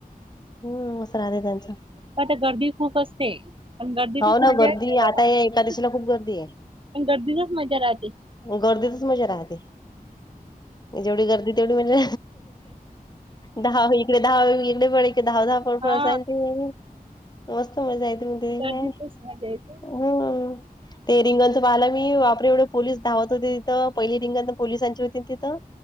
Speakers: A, on the left; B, on the right.
A: हम् असं राह त्यांचं.
B: <inaudible> गर्दी खूप असते पण गर्दीतच
A: हो ना
B: मजा
A: गर्दी
B: असते.
A: आता या एकादशीला खूप गर्दी आहे.
B: पण गर्दीचाच मजा राहते.
A: गर्दीतच मजा राहते. जेवढी गर्दी तेवढी म्हणजे दहा होई. दहा वकडे पडे क दहा दहा पडफ
B: हा
A: असयल ते. मस्त मजा येते म त
B: गर्दीतच
A: काय.
B: मजा येते
A: हमम ते रिंगांचं पाहायला मी वापरे एवढे पोलीस धावत. तिथं पहिली रिंगण पोलिसांची होती तिथं.